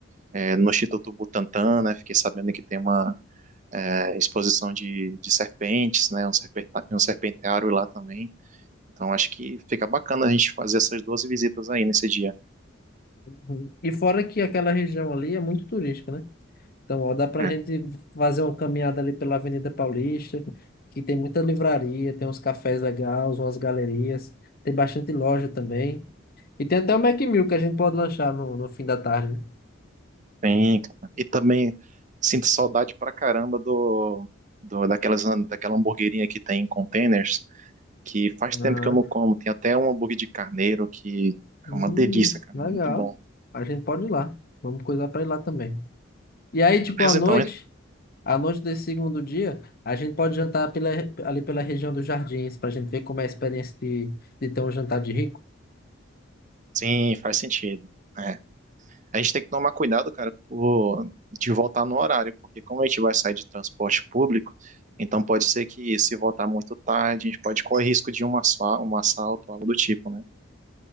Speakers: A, on the right; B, on the left.
A: é, no Instituto Butantan, né? Fiquei sabendo que tem uma é, exposição de, de serpentes, né? Um, serpenta, um serpenteário lá também. Então acho que fica bacana a gente fazer essas duas visitas aí nesse dia.
B: Uhum. E fora que aquela região ali é muito turística, né? Então, ó, dá pra
A: É.
B: gente fazer uma caminhada ali pela Avenida Paulista, que tem muita livraria, tem uns cafés legais, umas galerias, tem bastante loja também. E tem até o Mac Mill que a gente pode lanchar no, no fim da tarde.
A: Bem, cara. E também sinto saudade pra caramba do, do daquelas, daquela hamburguerinha que tem em containers, que faz
B: Aham.
A: tempo que eu não como. Tem até um hambúrguer de carneiro que
B: Hum,
A: é uma delícia, cara.
B: legal.
A: Muito bom.
B: A gente pode ir lá. Vamos coisar para ir lá também. E aí, tipo,
A: Beleza,
B: à noite,
A: então.
B: à noite desse segundo dia, a gente pode jantar pela, ali pela região dos jardins, pra gente ver como é a experiência de, de ter um jantar de rico.
A: Sim, faz sentido. É, A gente tem que tomar cuidado, cara, por- de voltar no horário, porque como a gente vai sair de transporte público, então pode ser que se voltar muito tarde, a gente pode correr risco de um assa- um assalto, algo do tipo, né?